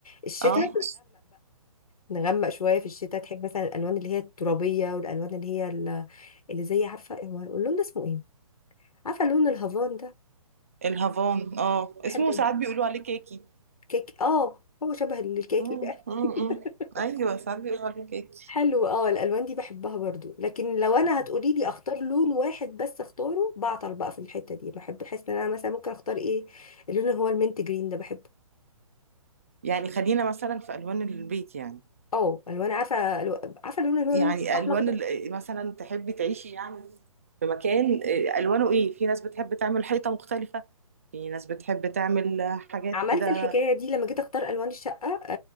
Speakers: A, on the left (about 75°); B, on the right (about 25°).
A: الشتاء
B: اه
A: نغمق شويه في الشتاء تحب مثلا الالوان اللي هي الترابيه والالوان اللي هي ال- اللي زي عارفه هو اللون ده اسمه ايه عارفه لون الهافان ده
B: الهافان اه
A: بحب
B: اسمه ساعات بيقولوا عليه كاكي
A: الكيك اه هو شبه الكاكي
B: مم،
A: بقى. <laughs>
B: مم، مم. ايوه ساعات بيقولوا عليه كيكي
A: حلو اه الالوان دي بحبها برضو لكن لو انا هتقولي لي اختار لون واحد بس اختاره بعطل بقى في الحته دي بحب احس ان انا مثلا ممكن اختار ايه اللون اللي هو المنت جرين ده بحبه
B: يعني خلينا مثلا في الوان البيت يعني
A: اه الوان عارفه الو- عارفه اللون اللي هو
B: يعني
A: اللون الاحمر
B: الوان
A: ده؟
B: ال- مثلا تحبي تعيشي يعني في مكان آه، الوانه ايه في ناس بتحب تعمل حيطه مختلفه في ناس بتحب تعمل آه، حاجات
A: عملت
B: كده
A: الحكاية دي لما جيت اختار الوان الشقة آه،